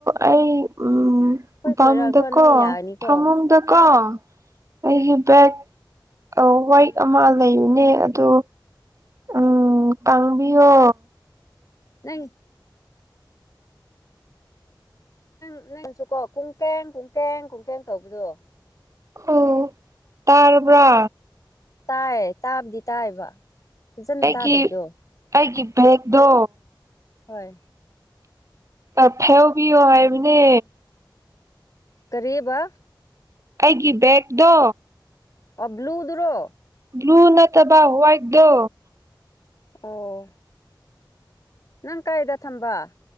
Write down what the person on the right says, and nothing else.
ꯑꯩ ꯎꯝ
ꯎꯝ ꯕꯝꯗꯀꯣ
ꯐꯃꯨꯡꯗꯀꯣ ꯑꯩꯒꯤ ꯕꯦꯛ ꯑ ꯋꯥꯏꯠ
ꯑꯃ ꯂꯩꯕꯅꯦ ꯑꯗꯣ ꯎꯝ ꯀꯥꯡꯕꯤꯌꯣ
ꯑꯣ ꯇꯥꯔꯕ
ꯑꯩꯀꯤ
ꯑꯩꯒꯤ ꯄ꯭ꯂꯦꯛꯗꯣ
ꯑ ꯐꯦꯜꯕꯤꯌꯣ ꯍꯥꯏꯕꯅꯦ
ꯑꯩꯒꯤ ꯕꯦꯒꯗꯣ
ꯕ꯭ꯂꯨ ꯅꯠꯇꯕ ꯍ꯭ꯋꯥꯏꯠꯗꯣ